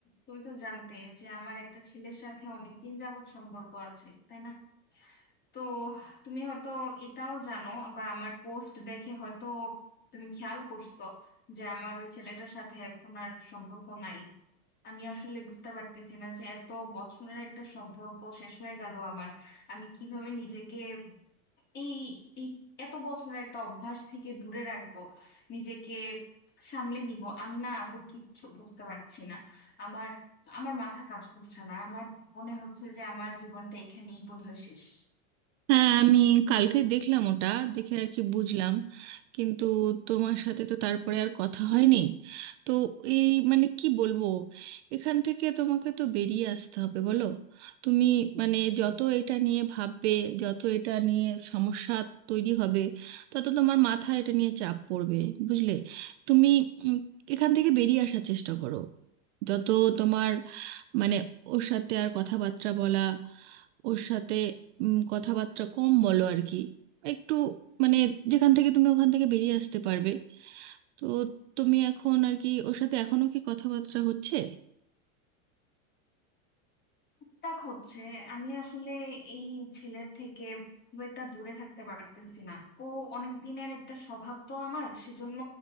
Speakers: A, on the left (about 25°); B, on the right (about 55°).
A: তুমি তো জানতে যে আমার একটা ছেলের সাথে অনেকদিন যাবৎ সম্পর্ক আছে তাই না তো তুমি হয়তো এটাও জানো বা আমার পোস্ট দেখে হয়তো তুমি খেয়াল করছো যে আমার ওই ছেলেটার সাথে এখন আর সম্পর্ক নাই আমি আসলে বুঝতে পারতেছি না যে এত বছরের একটা সম্পর্ক শেষ হয়ে গেল আমার আমি কিভাবে নিজেকে এই এই এত বছরের একটা অভ্যাস থেকে দূরে রাখবো নিজেকে সামলে নিব আমি না আপু কিচ্ছু বুঝতে পারছি না আমার আমার মাথা কাজ করছে না আমার মনে হচ্ছে যে আমার জীবনটা এখানেই বোধহয় শেষ
B: হ্যাঁ আমি কালকে দেখলাম ওটা দেখে আর কি বুঝলাম কিন্তু তোমার সাথে তো তারপরে আর কথা হয়নি তো এই মানে কি বলবো এখান থেকে তোমাকে তো বেরিয়ে আসতে হবে বলো তুমি মানে যত এটা নিয়ে ভাববে যত এটা নিয়ে সমস্যা তৈরি হবে তত তোমার মাথায় এটা নিয়ে চাপ পড়বে বুঝলে তুমি উম, এখান থেকে বেরিয়ে আসার চেষ্টা করো যত তোমার মানে ওর সাথে আর কথাবার্তা বলা ওর সাথে উম, কথাবার্তা কম বলো আর কি একটু মানে যেখান থেকে তুমি ওখান থেকে বেরিয়ে আসতে পারবে তো তুমি এখন আর কি ওর সাথে এখনো কি কথাবার্তা হচ্ছে
A: টাক হচ্ছে আমি আসলে এই ছেলের থেকে খুব একটা দূরে থাকতে পারতেছি না ও অনেক দিনের একটা স্বভাব তো আমার সেজন্য